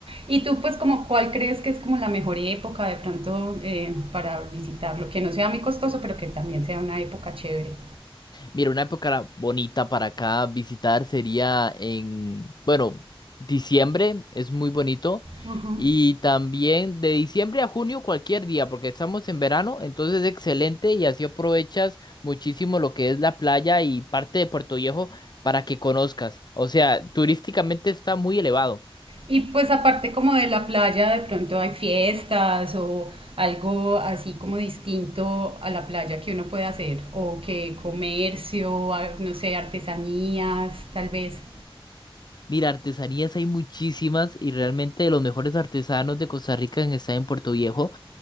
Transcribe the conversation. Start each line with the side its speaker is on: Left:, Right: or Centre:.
Right: Y tú, pues, como, ¿cuál crees que es como la mejor época de pronto eh, para visitarlo? Que no sea muy costoso, pero que también sea una época chévere.
Left: Mira, una época bonita para acá visitar sería en, bueno, diciembre es muy bonito
Right: Ajá.
Left: y también de diciembre a junio cualquier día porque estamos en verano, entonces excelente y así aprovechas muchísimo lo que es la playa y parte de Puerto Viejo para que conozcas. O sea, turísticamente está muy elevado.
Right: Y pues aparte como de la playa, de pronto hay fiestas o algo así como distinto a la playa que uno puede hacer, o que comercio, a- no sé, artesanías, tal vez.
Left: Mira, artesanías hay muchísimas y realmente los mejores artesanos de Costa Rica están en Puerto Viejo.